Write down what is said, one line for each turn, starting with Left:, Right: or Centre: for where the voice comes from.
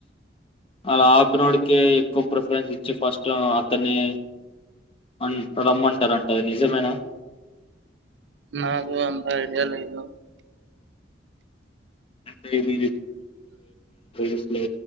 Left: అలా ఆపినోడికే ఎక్కువ ప్రిఫరెన్స్ ఇచ్చి ఫస్ట్ అతన్ని అ రమ్మంటారుంటది నిజమేనా
Right: నాదు అంత ఐడియాల ఇదు
Left: ఇ ఎ స్లో